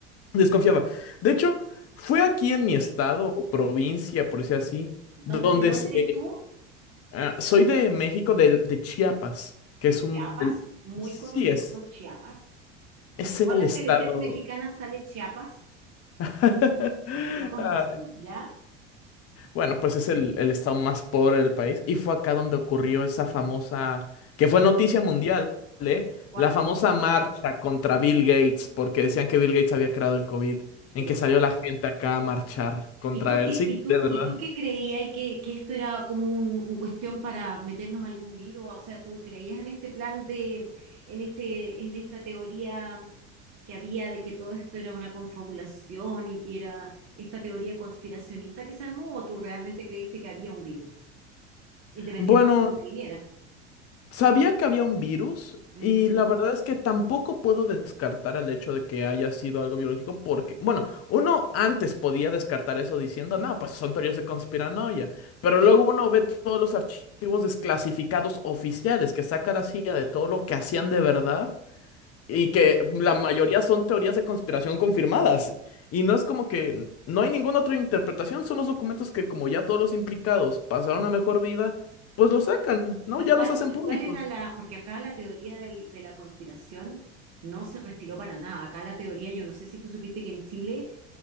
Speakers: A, on the left (about 40°); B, on the right (about 45°).
A: desconfiaba. De hecho, fue aquí en mi
B: Sí.
A: estado o provincia, por decir así,
B: ¿Dónde,
A: donde
B: de dónde
A: se-
B: eres tú?
A: ah, soy de México, del- de, Chiapas, que
B: De
A: es un,
B: Chiapas,
A: El-
B: muy
A: sí,
B: conocido
A: es,
B: Chiapas.
A: es
B: En todas
A: el
B: las
A: estado.
B: teleseries mexicanas sale Chiapas,
A: <laughs>
B: por eso lo conozco,
A: ah,
B: ¿ya?
A: Bueno, pues es el, el estado más pobre del país. Y fue acá donde ocurrió esa famosa, que fue noticia mundial, ¿eh?
B: ¿Cuál?
A: La famosa marcha contra Bill Gates, porque decían que Bill Gates había creado el COVID, en
B: Pero
A: que salió
B: ¿cómo?
A: la gente acá a marchar contra
B: ¿Y tú qué,
A: él. Sí,
B: y tú,
A: de verdad.
B: y tú qué creías que, que esto era como un, un cuestión para meternos algún virus? O sea, ¿tú creías en este plan de, en este, en esta teoría que había de que todo esto era una confabulación y que era esta teoría conspiracionista que se armó? ¿O tú realmente creíste que había un virus, independiente
A: Bueno,
B: de dónde viniera?
A: Sabía que había un virus
B: Ujú,
A: y la verdad es que tampoco puedo descartar el hecho de que haya sido algo biológico porque, bueno, uno antes podía descartar eso diciendo, no, pues son teorías de conspiranoia, pero luego uno ve todos los archivos desclasificados oficiales que saca la CIA de todo lo que hacían de verdad y
B: ujú.
A: que la mayoría son teorías de conspiración confirmadas. Y no es como que no hay ninguna otra interpretación, son los documentos que como ya todos los implicados pasaron a mejor vida, pues los sacan, ¿no?
B: ¿Y
A: Ya
B: cuál,
A: los hacen
B: y
A: públicos.
B: cuál era la, porque acá la teoría del- de la conspiración no se respiró para nada. Acá la teoría, yo no sé si tú supiste que en Chile